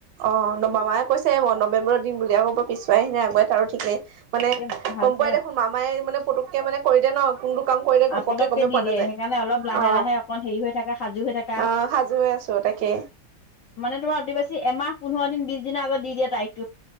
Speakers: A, on the right; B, on the left.
A: অ', ন মামায়ে কৈছে বাৰু নৱেম্বৰত দিম বুলি। এতিয়া আকৌ পিছুৱাই নে আগুৱাই তাৰো ঠিক নাই।
B: এতিয়া ভালকে
A: গম পোৱাই দেখোন মামাই মানে ফুটুককে মানে কৈ দিয়ে ন, কোনটো কাম কৰি দিয়ে ঘপককে
B: পতককে
A: গমেই
B: দি
A: পোৱা
B: দিয়ে,
A: নাযায়
B: সেইকাৰণে অলপ লাহে
A: অ
B: লাহে অকণ হেৰি হৈ থাকা সাজু হৈ থাকা,
A: অ সাজু হৈ আছো তাকে
B: মানে তোমাৰ অতি বেছি এমাহ, পোন্ধৰ দিন, বিশ দিনৰ আগত দি দিয়ে তাৰিখ।